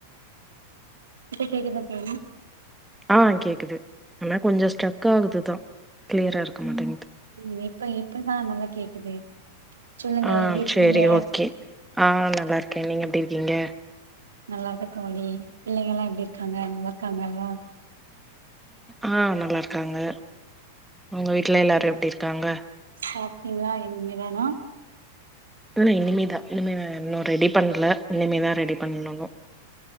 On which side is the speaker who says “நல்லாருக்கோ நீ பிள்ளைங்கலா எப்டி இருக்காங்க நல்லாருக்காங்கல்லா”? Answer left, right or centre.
Right